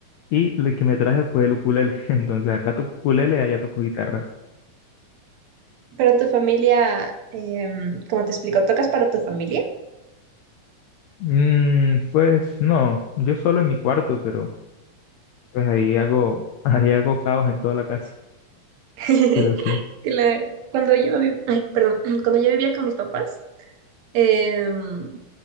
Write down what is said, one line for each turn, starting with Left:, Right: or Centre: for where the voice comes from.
Left: Y lo que me traje fue el ukulele. <laughs> Entonces acá toco ukulele, allá toco guitarra.
Right: Pero tu familia, em, como te explico, ¿tocas para tu familia?
Left: Mm, pues no, yo solo en mi cuarto, pero pues ahí hago, <laughs> ahí hago caos en toda la casa.
Right: <laughs>
Left: Pero sí,
Right: que la- cuando yo vivía, ay, perdón, <clears throat> cuando yo vivía con mis papás, Em,